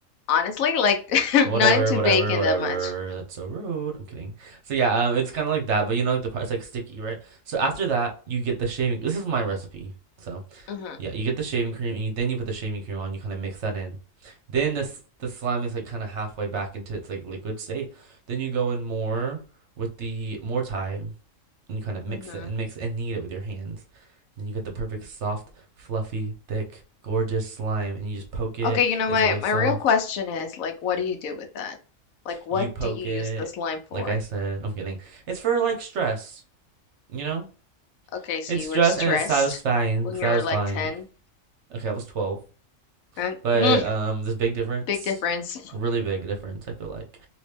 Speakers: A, on the left; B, on the right.
A: Honestly, like <laughs> I'm
B: Whatever,
A: not into
B: whatever,
A: baking
B: whatever.
A: that much.
B: That's so rude. I'm kidding. So yeah, um, it's kind of like that. But you know, like the part, it's like sticky, right? So after that, you get the shaving. This is my recipe. So
A: hmm
B: yeah, you get the shaving cream and you, then you put the shaving cream on. You kind of mix that in. Then this the slime is like kind of halfway back into its like liquid state. Then you go in more with the more thyme. and you kind of mix
A: hmm
B: it and mix it and knead it with your hands. And then you get the perfect soft, fluffy, thick, gorgeous slime, and you just poke it.
A: Okay, you know,
B: It's
A: my
B: really
A: my
B: soft.
A: real question is like, what do you do with that? Like, what
B: You poke
A: do you
B: it,
A: use this lime for?
B: like I said. no, I'm kidding. It's for like stress, you know.
A: Okay, so
B: It's
A: you
B: stress
A: were stressed
B: and it's satisfying.
A: when
B: Satisfying.
A: you were like 10.
B: Okay, I was 12,
A: Uh,
B: but
A: mm,
B: um, there's a big difference.
A: Big difference.
B: Really big difference. I feel like.